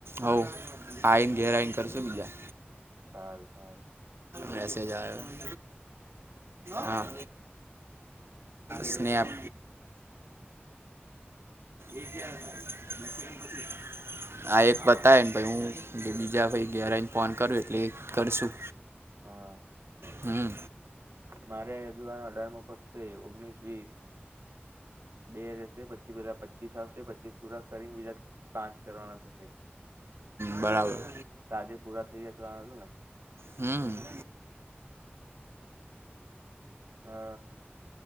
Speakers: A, on the right (about 70°); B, on the right (about 85°).
A: હવ. આઈન
B: હમ
A: ઘેર આઈન કરશું ન બીજા.
B: સારું સારું.
A: મેસેજ આયો હે
B: કોણ
A: હા.
B: આવે
A: સ્નેપ. એ કયાં આ એક પતાઈને પહી ઉ એટલે બીજા ભાઈ ઘેર આઈને ફોન કરો એટલે એ કરશું.
B: હા
A: હમ
B: મારે હજુ આ અઢાર મો પદ છે ઓગણીસ વીસ બે રહેશે પછી પેલા પચીસ આવશે પચીસ પૂરા કરીને બીજા પાંચ કરવાના થશે
A: <inaudible> બરાબર!
B: તાજે પૂરા થઈ જાય તો સારું ને
A: હમ્મ <inaudible>
B: અ